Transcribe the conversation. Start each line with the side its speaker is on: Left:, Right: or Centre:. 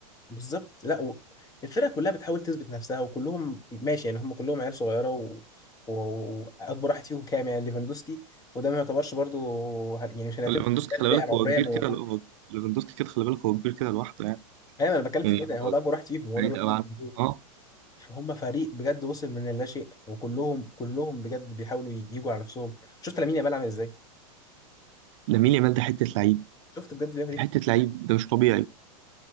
Left: بالظبط لا و... الفرقه كلها بتحاول تثبت نفسها وكلهم ماشي يعني هم كلهم عيال صغيره و... و... واكبر واحد فيهم كام يعني ليفاندوسكي وده ما يعتبرش برضو يعني مش هنعتبر
Right: ليفاندوسكي خلي
Left: الفئه
Right: بالك
Left: العمريه
Right: هو كبير
Left: اللي
Right: كده
Left: موجوده
Right: هو ليفاندوسكي كده خلي بالك هو كبير كده لوحده يعني
Left: ايوه انا بتكلم
Right: يعني
Left: في كده يعني
Right: هو
Left: هو ده اكبر واحد فيهم هو
Right: بعيد
Left: ده الوحيد
Right: قوي
Left: اللي
Right: عن
Left: موجود
Right: اه
Left: هم فريق بجد وصل من اللاشيء وكلهم كلهم بجد بيحاولوا ي- يجوا على نفسهم شفت لامين يامال عامل ازاي
Right: لامين يامال ده حته لعيب
Left: شفت بجد بيعمل ايه
Right: حته لعيب ده مش طبيعي